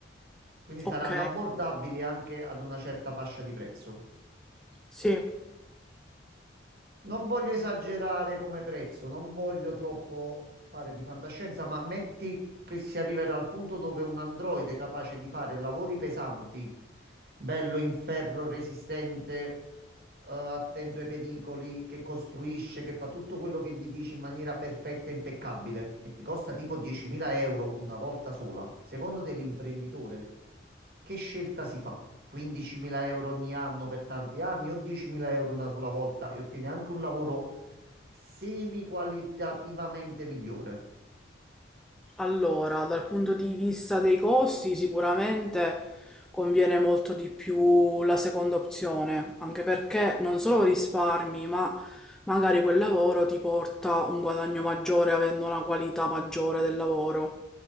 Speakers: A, on the right; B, in the centre.
A: quindi saranno
B: ok,
A: abbordabili anche ad una certa fascia di prezzo.
B: sì.
A: Non voglio esagerare come prezzo, non voglio troppo fare di fantascienza, ma metti che si arriverà al punto dove un androide capace di fare lavori pesanti, bello in ferro resistente. eh, attento ai pericoli, che costruisce, che fa tutto quello che gli dici in maniera perfetta e impeccabile e ti costa tipo 10.000 euro una volta sola, secondo te l'imprenditore che scelta si fa? 15.000 euro ogni anno per tanti anni o 10.000 euro una sola volta e ottiene anche un lavoro semi qualitativamente migliore?
B: Allora, dal punto di vista dei costi, sicuramente conviene molto di più la seconda opzione, anche perché non solo risparmi, ma magari quel lavoro ti porta un guadagno maggiore avendo una qualità maggiore del lavoro.